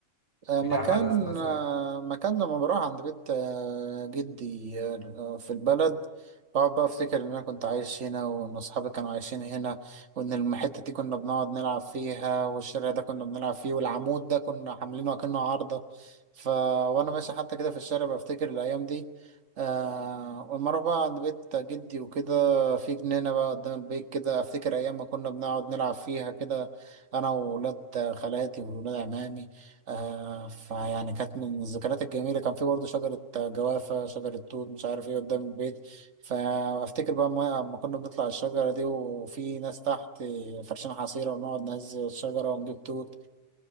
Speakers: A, on the right; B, on the right.
A: آه،
B: في
A: مكان
B: حدث مثلا
A: آه، مكان لما بروح عند بيت آه، جدي آه، في البلد بقعد بقى افتكر ان انا كنت عايش هنا وان اصحابي كانوا عايشين هنا وان الحته دي كنا بنقعد نلعب فيها والشارع ده كنا بنلعب فيه والعمود ده كنا عاملينه اكنه عارضه ف وانا ماشي حتى كده في الشارع بفتكر الايام دي آه ولما اروح بقى عند بيت جدي وكده في جنينه بقى قدام البيت كده افتكر ايام ما كنا بنقعد نلعب فيها كده انا وولاد خالاتي وولاد عمامي آه فيعني كانت من الذكريات الجميلة كان في برضه شجرة آه، جوافة شجرة توت مش عارف ايه قدام البيت فأفتكر بقى ما- أما كنا بنطلع الشجرة دي وفي ناس تحت فرشين حصيرة ونقعد نهز الشجرة ونجيب توت